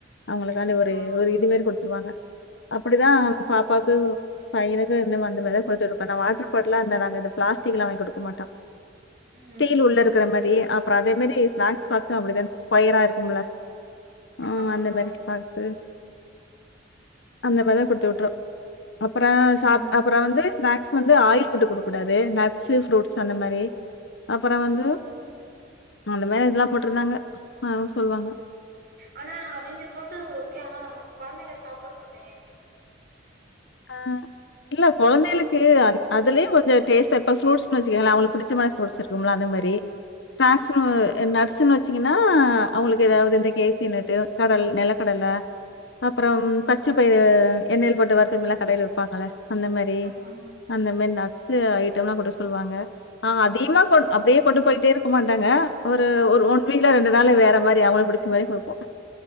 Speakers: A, on the left (about 65°); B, on the right (about 55°).
A: அவங்களுக்காண்டி
B: ஆமா.
A: ஒரு ஒரு இது மாரி குடுத்துருவாங்க அப்பிடிதா பாப்பாக்கு பையனுக்கு இன்னம அந்தமாரிதா குடுத்துவிட்ருப்பே நா வாட்ரு பாட்டுல்லா அந்த நாங்கந்த பிளாஸ்டிக்குலா வாங்கி குடுக்க மாட்டோ
B: ம்.
A: ஸ்டீல் உள்ள இருக்குற மாரிஅப்றோ அதே மாரி ஸ்நாக்ஸ் பாக்ஸு அப்டிதா இந் ஸ்கொயரா இருக்குமுல ஆ
B: ஆமா.
A: அந்த <unintelligible> பாக்ஸு அந்த மாரிதா குடுத்து விட்ருவோ அப்பறோ
B: ம்.
A: சாப் டப் அப்பறோ வந்து ஸ்நாக்ஸ் வந்து ஆயில் ஃபுட்டு குடுக்கூடாது நட்ஸு ஃப்ரூட்ஸ் அந்த மாரி அப்பறோ
B: ம்.
A: வந்து அந்த மாரி இதல்லா போட்ருந்தாங்க மேம் சொல்வாங்க
B: ஆனா அவைங்க சொல்றது ஓகே ஆனா நம்ம கொழந்தைங்க சாப்புட்ணுமே
A: ஆ இல்ல கொழந்தைளுக்கு அன் அதுலயு கொஞ்சோ டேஸ்ட் எப்ப ஃப்ரூட்ஸ்னு வச்சிக்கங்களே அவங்ளுக் பிடிச்சமாரி ஃப்ரூட்ஸ் இருக் கும்ல அந்த மாரி ஸ்நேக்ஸ்னு
B: அ, ஆ.
A: எ நட்ஸுனு வச் சீங்கன்னா அவங்களுக்கு எதாவது இந்த கேசி நட்டு கடல் நெலக்கடல அப்றம்
B: ம்.
A: பச்ச பயிறு எண்ணெயில் போட்டு வறுத்தமில்லா கடையில விப்பாங்கள அந்த மாரி
B: ஆமா.
A: அந்த மாரி நட்ஸு ஐட்டம்லா கூட சொல்லுவாங்க ஆ அதிகமா கொண் அப்டியே கொண்டு போயிட்டே இருக்க மாட்டாங்க ஒரு ஒர் ஒன் வீக்ல ரெண்டு நாள் வேற மாரி அவங்களுக்கு பிடிச் ச மாரி குடுப்போ